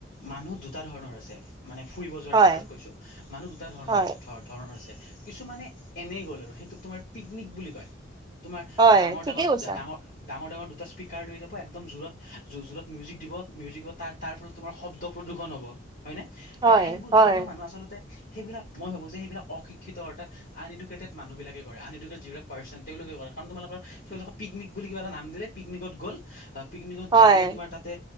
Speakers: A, on the left (about 45°); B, on the right (about 20°).
A: মানুহ দুটা ধৰণৰ আছে। মানে ফুৰিব যোৱাৰ
B: হয়
A: ক্ষেত্ৰত কৈছো। মানুহ দুটা ধৰণৰ
B: হয়
A: ধৰণৰ আছে। কিছুমানে এনেই গ'ল আৰু সেইটোক তোমাৰ পিকনিক বুলি কয়। তোমাৰ
B: হয়
A: ডাঙৰ
B: ঠিকেই
A: -ডাঙৰ
B: কৈছা
A: -ডাঙৰ -ডাঙৰ- ডাঙৰ দুটা স্পীকাৰ লৈ যাব একদম জোৰত জোৰত মিউজিক দিব মিউজিক তাৰ তাৰ ফলত তোমাৰ শব্দ প্ৰদূষণ হ'ব। হয় নে?
B: হয়
A: আৰু সেইবোৰ,
B: হয়
A: সেইবোৰ মানুহ আচলতে সেইবিলাক মই ভাবোঁ যে সেইবিলাক অ- শিক্ষিত অৰ্থাৎ আনএডোকেটেড মানুহবিলাক কৰে। আনএডোকেটেড যিবিলাক পাৰৰ্চন তেওঁলোকে কৰে কাৰণ তোমালোকৰ সেইবিলাকক পিকনিক বুলি কিবা এটা নাম দিলে পিকনিকত গ'ল। পিকনিকত
B: হয়
A: যায় কিনে তোমাৰ তাতে